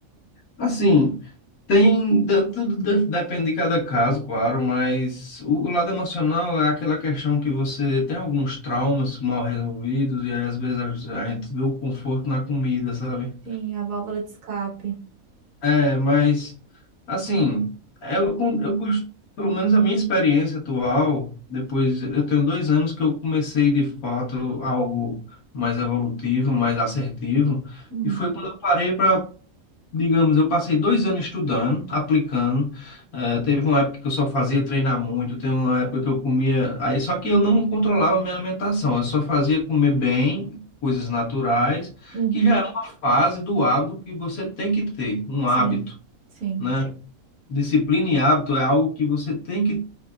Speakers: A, on the left; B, on the right.
A: assim, tem de- tudo de- depende de cada caso, claro, mas o lado emocional é aquela questão que você tem alguns traumas mal resolvidos e aí, às vezes a a gente vê o conforto na comida, sabe?
B: Sim, a válvula de escape.
A: É, mas assim, eu, con- eu, cos- pelo menos a minha experiência atual, depois eu tenho dois anos que eu comecei de fato algo mais evolutivo, mais assertivo,
B: Hum,
A: e foi quando eu parei para digamos, eu passei dois anos estudando, aplicando. Eh, teve uma época que eu só fazia treinar muito, teve uma época que eu comia. Aí, só que eu não controlava a minha alimentação, eu só fazia comer bem, coisas naturais,
B: uhum,
A: que já é uma fase do hábito que você tem que ter, um
B: sim,
A: hábito,
B: sim.
A: né? Disciplina e hábito é algo que você tem que